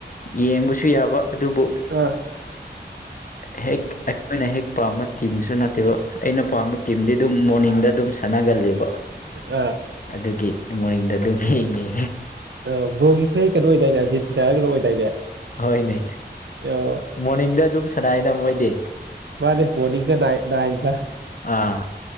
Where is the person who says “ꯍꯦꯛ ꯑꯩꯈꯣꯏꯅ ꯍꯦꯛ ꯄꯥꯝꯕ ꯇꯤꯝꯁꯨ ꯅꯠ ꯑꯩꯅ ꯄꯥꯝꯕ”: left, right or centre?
Left